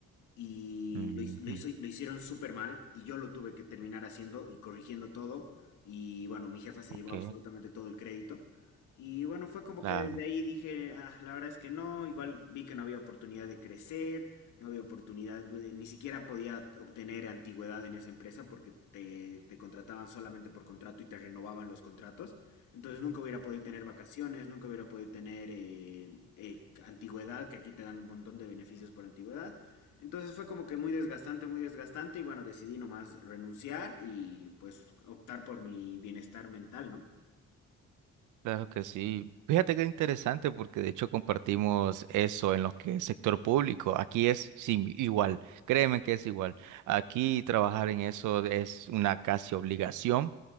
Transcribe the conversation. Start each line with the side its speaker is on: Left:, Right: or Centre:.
Left: y
Right: ujú,
Left: lo, his- lo hizo, lo hicieron súper mal y yo lo tuve que terminar haciendo y corrigiendo todo y bueno, mi jefa se
Right: ok,
Left: llevó absolutamente todo el crédito y bueno, fue como
Right: claro.
Left: que desde ahí dije, "Ah, la verdad es que no, igual vi que no había oportunidad de crecer, no había oportunidad, de- ni siquiera podía obtener antigüedad en esa empresa porque te, te contrataban solamente por contrato y te renovaban los contratos, entonces nunca hubiera podido tener vacaciones, nunca hubiera podido tener eh, eh, antigüedad, que aquí te dan un montón de beneficios por antigüedad. Entonces fue como que muy desgastante, muy desgastante y bueno, decidí nomás renunciar y pues optar por mi bienestar mental, ¿no?
Right: Claro que sí. Fíjate que interesante porque de hecho compartimos eso en lo que es sector público. Aquí es sí, igual, créeme que es igual. Aquí trabajar en eso es una casi obligación.